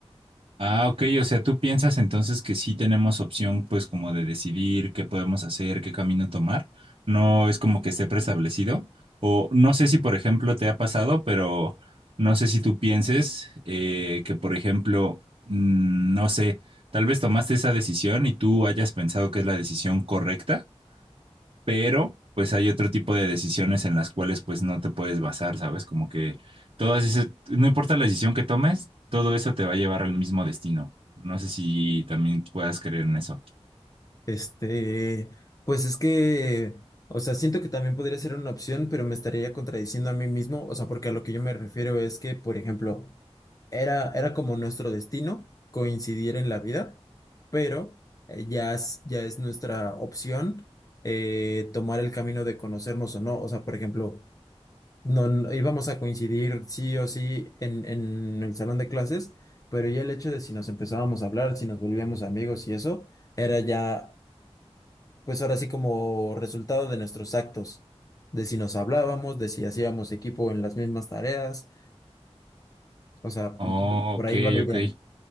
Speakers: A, on the right; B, on the left.
A: Ah, ok, o sea, tú piensas entonces que sí tenemos opción pues como de decidir qué podemos hacer, qué camino tomar. No es como que esté preestablecido. O no sé si, por ejemplo, te ha pasado, pero no sé si tú pienses eh, que, por ejemplo, mm, no sé, tal vez tomaste esa decisión y tú hayas pensado que es la decisión correcta pero pues hay otro tipo de decisiones en las cuales pues no te puedes basar, ¿sabes? Como que todas esas, no importa la decisión que tomes, todo eso te va a llevar al mismo destino. No sé si también puedas creer en eso.
B: Este, pues es que, o sea, siento que también podría ser una opción, pero me estaría contradiciendo a mí mismo, o sea, porque a lo que yo me refiero es que, por ejemplo, era, era como nuestro destino coincidir en la vida, pero eh, ya es, ya es nuestra opción eh, tomar el camino de conocernos o no, o sea, por ejemplo, no, no íbamos a coincidir sí o sí en, en el salón de clases, pero ya el hecho de si nos empezábamos a hablar, si nos volvíamos amigos y eso, era ya pues ahora sí como resultado de nuestros actos, de si nos hablábamos, de si hacíamos equipo en las mismas tareas, o sea,
A: Oh,
B: por
A: ok,
B: ahí va la idea.
A: ok.